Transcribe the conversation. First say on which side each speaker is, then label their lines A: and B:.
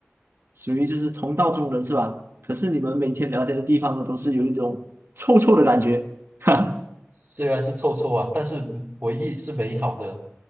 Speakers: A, on the right; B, on the right.
A: 属于就是同道中人是吧？可是你们每天聊天的地方呢，都是有一种臭臭的感觉，<laughs> 哈
B: 虽然是臭臭啊，但是回忆是美好的。